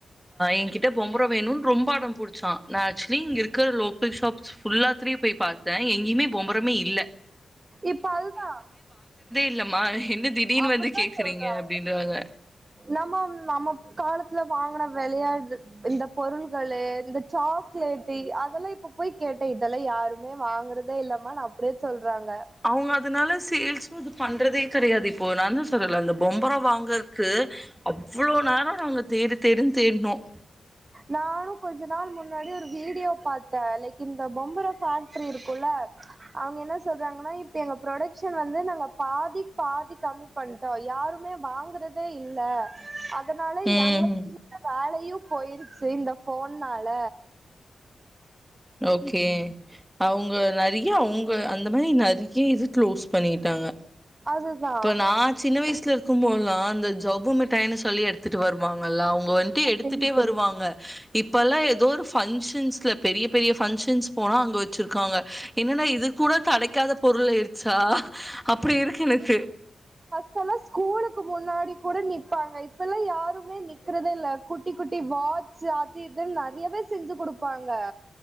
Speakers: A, in the centre; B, on the right (about 30°).
A: என்கிட்ட பொம்பரம் வேணும்னு ரொம்ப அடம் புடிச்சான் ந ஆக்ச்சுவலி இங்க இருக்கிற லோக் ஸாப்ஸ் ஃபுல்லாத்திலயும் போய் பார்த்தேன் எங்கேயமே பொம்பரமே இல்லை
B: இப்ப அதுதான்
A: இல்லம்மா. என்ன திடீர்னு
B: அப்படித்தான்
A: வந்து கேட்குறீங்க?"
B: சொல்றாங்க
A: அப்படின்றாங்க.
B: நம்ம நம்ம காலத்துல வாங்கின விளையாடு இந்த பொருள்களு இந்த சாக்லேட்டு் அதெல்லாம் இப்ப போய் கேட்டேன் இதெல்லாம் யாருமே வாங்குறது அத இல்லமா நான் அப்படியே சொல்றாங்க
A: அவங்க அதனால சேரி இது பண்றதே கிடையாது இப்போ நான்தா சரியல அந்த பொம்பர வாங்கறதுக்கு அவ்வளவு நேரம் நாங்க தேடு தேடுன்னு தேடனோம்
B: நானும் கொஞ்ச நாள் முன்னாடி ஒரு வீடியோ பார்த்தேன் லைக் இந்த பொம்பர ஃபேக்டரி இருக்கும்ல்ல அவங்க என்ன சொல்றாங்கன்னா இப்ப எங்க ப்ரொடக்ஷன் வந்து நாங்க பாதி பாதி கம்மி பண்ணிட்டோம் யாருமே வாங்குறதே இல்ல அதனால
A: ம்
B: எங்களுக்கு வேலையும் போயிருச்சு இந்த ஃபோன்னால
A: ஓகே அவங்க நிறையா உங்க அந்த மாதிரி நரி இது க்ளோஸ் பண்ணிட்டாங்க
B: அதுதா
A: இப்ப நான் சின்ன வயசுல இருக்கும்போதுலாம் அந்த ஜவ்வு மிட்டாயன்னு சொல்லி எடுத்து வருவாங்க ல்ல அவங்க வந்துட்டு எடுத்துட்டே
B: தெரியு தெரியு
A: வருவாங்க இப்பல்லாம் ஏதோ ஃபங்ஸன்ஸ்ல பெரிய பெரிய ஃபங்க்ஷன்ஸ் போனா அங்க வச்சிருக்காங்க. என்னன்னா இது கூட கெடெக்காத பொருள் ஆய்டுச்சா அப்டி இருக்கு எனக்கு
B: அப்பல்லா ஸ்கூலுக்கு முன்னாடி கூட நிப்பாங்க. இப்பெல்லா யாருமே நிக்கறதே இல்ல. குட்டி குட்டி வாட்ச் அது இதுன் நெறையாவே செஞ்சு குடுப்பாங்க.